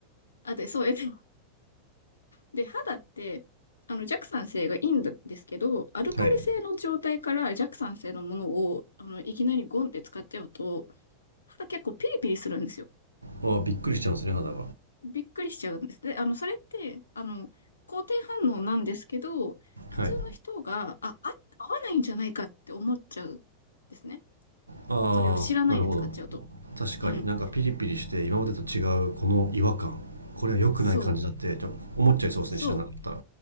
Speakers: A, on the left; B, on the right.
A: あ、で、そう、え、で、で、肌って、あの、弱酸性がいいんですけど、アルカリ性の状態から弱酸性のものを、
B: だはい
A: あの、いきなりゴンって使っちゃうと、肌結構ピリピリするんですよ。
B: ああびっくりしちゃうんですね肌が
A: びっくりしちゃうんです。で、あの、それって、あの、肯定反応なんですけど、普通の人が、
B: はい
A: あ、あ、合わないんじゃないかって思っちゃうんですね。
B: ああなるほど
A: それを知らないで使っちゃうと。
B: 確かになんかピリピリして今までと違うこの違和感これは良くない感じだってちょっと思っちゃいそうですね知らなかったら
A: うん。そう。そう。